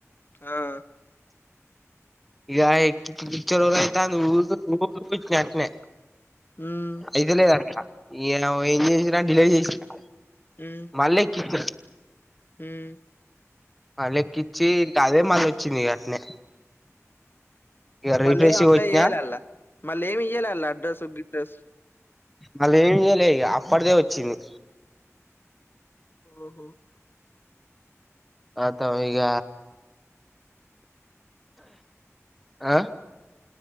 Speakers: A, on the left; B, in the centre.
A: ఆ
B: ఇగ ఎక్కి బొచ్చడు రోజులయితాంది ఊకే <unintelligible> వెంటనే
A: మ్మ్
B: అయితలేదటనా ఇగ ఏం చేసిర డిలీట్ చేసినా
A: ఉమ్
B: మల్లెక్కిచ్చినా
A: ఉమ్
B: లెక్కిచ్చి అదే మళ్ళ అచ్చింది అట్నే ఇగ
A: మళ్లి
B: రీఫ్రెష్గా
A: అప్లై
B: కొట్టినా
A: చేయలే అల్లా, మళ్ళీ ఏమి ఇయ్యాలే అల్లా అడ్రస్, గిడ్రస్
B: మళ్ళ ఏం చెయ్యాలే ఇగ అప్పటిదే వచ్చింది.
A: ఓహో
B: అతవ ఇగ ఆ